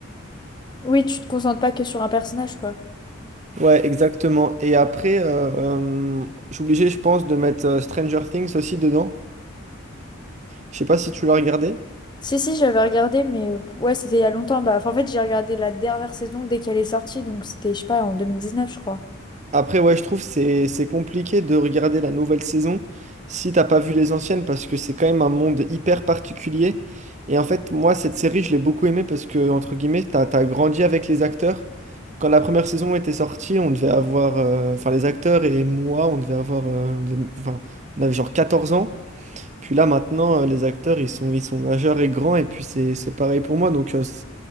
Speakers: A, on the left; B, on the right.
A: Oui, tu te concentres pas que sur un personnage, quoi.
B: Ouais, exactement. Et après, euh, euh, je suis obligé, je pense, de mettre euh, Stranger Things aussi dedans. Je sais pas si tu l'as regardé.
A: Si, si, j'avais regardé, mais euh, ouais, c'était il y a longtemps. Bah, enfin, en fait, j'ai regardé la dernière saison dès qu'elle est sortie, donc c'était, je sais pas, en 2019 je crois.
B: Après, ouais, je trouve c'est c'est compliqué de regarder la nouvelle saison si t'as pas vu les anciennes parce que c'est quand même un monde hyper particulier. Et en fait, moi, cette série, je l'ai beaucoup aimée parce que, entre guillemets, t'as, t'as grandi avec les acteurs. Quand la première saison était sortie, on devait avoir, euh, enfin, les acteurs et moi, on devait avoir, euh, on devait- enfin, on avait genre 14 ans. Puis là, maintenant, euh, les acteurs, ils sont, ils sont majeurs et grands. Et puis, c'est, c'est pareil pour moi. Donc, euh, c'est-